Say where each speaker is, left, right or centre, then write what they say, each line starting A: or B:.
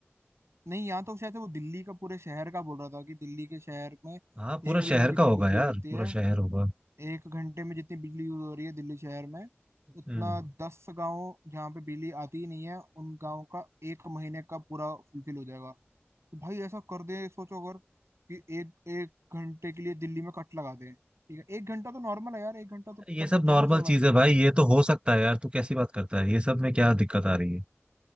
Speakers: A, on the right; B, on the right.
A: नहीं यहाँ तो शायद से वो दिल्ली का पूरे शहर का बोल रहा था कि दिल्ली के शहर में एक
B: हाँ पूरा
A: दिन
B: शहर
A: में जितनी
B: का होगा
A: बिजली
B: यार
A: होती
B: पूरा
A: है
B: शहर होगा
A: एक घंटे में जितनी बिजली यूज हो रही है दिल्ली शहर में उतना
B: हम्म
A: दस गांव जहाँ पे बिजली आती ही नहीं है उन गांव का एक महीने का पूरा फुलफिल हो जाएगा तो भाई ऐसा कर दे सोचो अगर कि एक एक घंटे के लिए दिल्ली में कट लगा दें ठीक है एक घंटा तो नॉर्मल है यार एक घंटा तो
B: ये
A: कर
B: सब
A: सकते
B: नॉर्मल
A: हैं ना सरवाइव
B: चीज है भाई ये तो हो सकता है यार तू कैसी बात करता है ये सब में क्या दिक्कत आ रही है